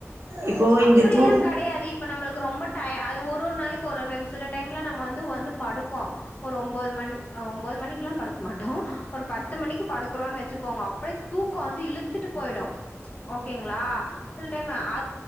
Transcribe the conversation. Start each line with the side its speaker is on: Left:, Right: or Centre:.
Right: இப்போ
Left: அப்படி
Right: இங்க தூ
Left: எல்லாம் கடையாது இப்ப நம்மளுக்கு ரொம்ப அது ஒரு ஒரு நாளைக்கு ஒரு சில டைம்லாம் நம்ம வந்து வந்து படுப்போம் ஒரு ஒம்பது மணி ஒம்பது மணிக்கு எல்லாம் படுக்க மாட்டோம் ஒரு பத்து மணிக்கு படுக்கறோம்னு வச்சுக்கோங்க அப்படியே தூக்கம் வந்து இழுத்துட்டு போய்டும் ஓகேங்கிளா ஃபுல் டைம்மு அ